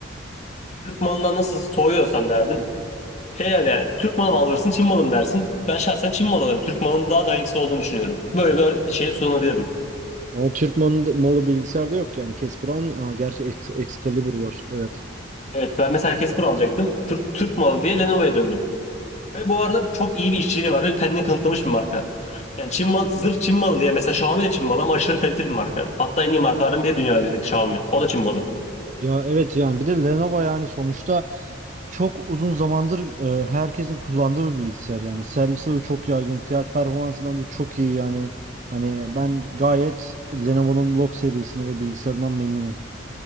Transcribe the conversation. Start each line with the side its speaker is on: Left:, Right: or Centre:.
Left: Türk malından nasıl soğuyorsan derdim. Şey yani, yani Türk malı mı alırsın, Çin malı mı dersin? Ben şahsen Çin malı alırım. Türk malının daha dayanıksız olduğunu düşünüyorum. Böyle bir şeye sunabilirdim.
Right: Ama Türk malı, malı bilgisayarda yok yani. Casper'ın, aa, gerçi Ex- Excalibur var. Evet.
Left: Evet ben mesela Casper alacaktım. Türk, Türk malı diye Lenovo'ya döndüm. Ve bu arada çok iyi bir işçiliği var. ve Kendini kanıtlamış bir marka. Yani Çin malı, zırh Çin malı diye mesela Xiaomi de Çin malı ama aşırı kaliteli bir marka. Hatta en iyi markaların biri dünya üzerindeki Xiaomi. O da Çin malı.
Right: Ya evet yani bir de Lenovo yani sonuçta çok uzun zamandır e, herkesin kullandığı bir bilgisayar yani servisi de çok yaygın fiyat performansı bence çok iyi yani hani ben gayet Lenovo'nun Log serisini ve bilgisayarından memnunum.